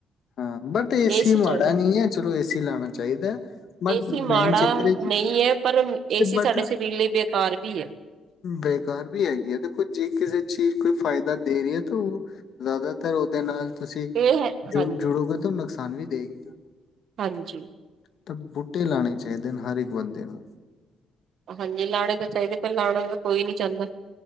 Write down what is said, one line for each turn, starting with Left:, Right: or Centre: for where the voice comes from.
Left: ਹਾਂ ਬਟ ਏ
Right: ਏਸੀ
Left: ਸੀ ਮਾੜਾ
Right: ਚੱਲਦਾ
Left: ਨਹੀਂ ਐ, ਚਲੋ ਏਸੀ ਲਾਉਣਾ ਚਾਹੀਦਾ ਹੈ, ਬਟ
Right: ਏਸੀ ਮਾੜਾ
Left: ਮੇਨ ਚੱਕਰ ਹੈ ਜੀ,
Right: ਨਹੀਂ ਹੈ ਪਰ
Left: ਤੇ
Right: ਏਸੀ
Left: ਬਟ
Right: ਸਾਡੇ ਸਰੀਰ ਲਈ ਬੇਕਾਰ ਵੀ ਹੈ
Left: ਬੇਕਾਰ ਵੀ ਹੈਗੀ ਐ, ਦੇਖੋ ਜੇ ਕਿਸੇ ਚੀਜ਼ ਕੋਈ ਫਾਇਦਾ ਦੇ ਰਹੀ ਹੈ, ਤਾਂ ਉਹ ਜ਼ਿਆਦਾਤਰ ਉਹਦੇ ਨਾਲ ਤੁਸੀਂ
Right: ਇਹ ਹੈ
Left: ਜੁੜੋਗੇ
Right: ਹਾਂਜੀ,
Left: ਤਾਂ ਨੁਕਸਾਨ ਸਾਨੂੰ ਵੀ ਦੇਗੀ, ਤੁ ਆਹ
Right: ਹਾਂਜੀ
Left: ਪ ਬੂਟੇ ਲਾਉਣੇ ਚਾਹੀਦੇ ਨੇ ਹਰ ਇੱਕ ਬੰਦੇ ਨੂੰ
Right: ਹਾਂਜੀ ਲਾਉਣੇ ਤਾਂ ਚਾਹੀਦੇ ਪਰ ਲਾਉਣਾ ਤਾਂ ਕੋਈ ਨਹੀਂੀ ਚਾਹੁੰਦਾ